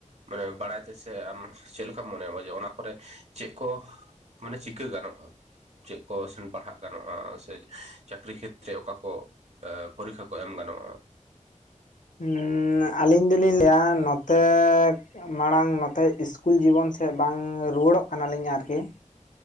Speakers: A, on the right; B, on the left.
A: ᱢᱟᱱᱮ ᱵᱟᱲᱟᱭ ᱛᱮᱥᱮ ᱟᱢ ᱪᱮᱫᱞᱮᱠᱟᱢ ᱢᱚᱱᱮᱭᱟ ᱚᱱᱟ ᱠᱚᱨᱮ ᱪᱮᱫ ᱠᱚ ᱢᱟᱱᱮ ᱪᱤᱠᱟᱹ ᱜᱟᱱᱚᱜᱼᱟ? ᱪᱮᱜ ᱠᱚ ᱥᱮ ᱯᱟᱲᱦᱟᱜ ᱜᱟᱱᱚᱜᱼᱟ ᱥᱮ ᱪᱟᱠᱨᱤ ᱠᱷᱮᱛᱨᱮ ᱚᱠᱟ ᱠᱚ ᱮᱸ ᱯᱚᱨᱤᱠᱠᱷᱟ ᱠᱚ ᱮᱢ ᱜᱟᱱᱚᱜᱼᱟ ᱾
B: ᱩᱸᱻ ᱟᱹᱞᱤᱧ ᱫᱚᱞᱤᱧ ᱞᱟᱹᱭᱟ ᱱᱚᱛᱮ ᱢᱟᱲᱟᱝ ᱱᱚᱛᱮ ᱤᱥᱠᱩᱞ ᱡᱤᱵᱚᱱ ᱥᱮᱫ ᱵᱟᱝ ᱨᱩᱣᱟᱹᱲᱚᱜ ᱠᱟᱱᱟᱞᱤᱧ ᱟᱨᱠᱤ ᱾